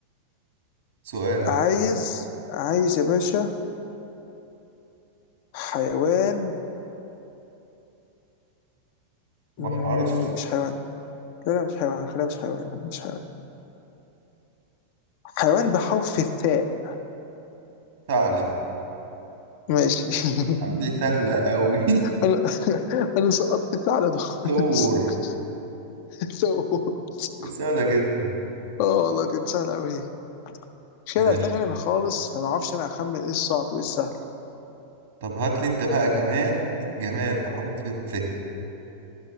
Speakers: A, on the right; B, on the left.
A: سؤالك
B: عايز عايز يا باشا حيوان
A: بحرف
B: مم، مش حيوان لا لا مش حيوان خليها مش حيوان مش حيوان حيوان بحرف الثاء
A: ثعلب
B: ماشي <laughs>
A: يا عم دي سهلة أوي
B: انا انا سقطت ثعلب
A: <laughs>
B: خالص
A: ثور
B: <laughs> سوت
A: دي سهلة جدا
B: اه والله كانت سهله قوي مش
A: ماشي
B: انا عرفتهاش انا من خالص فما اعرفش انا اخمن ايه الصعب وايه السهل
A: طب هات لي أنت بقى جماد جماد بحرف الث